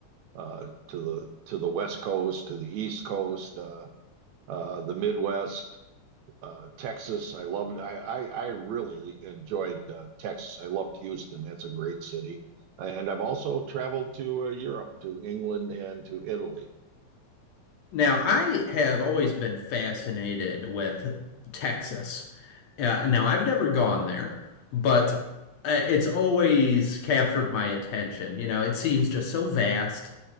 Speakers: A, on the right (about 80°); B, on the left (about 65°).
A: uh, to the to the West Coast, to the East Coast, uh, uh, the Midwest, uh, Texas. I loved. I I, I really enjoyed uh, Texas. I loved Houston. That's a great city. And I've also traveled to uh, Europe, to England, and to Italy.
B: Now, I have always been fascinated with Texas. Uh, now, I've never gone there, but uh, it's always captured my attention. You know, it seems just so vast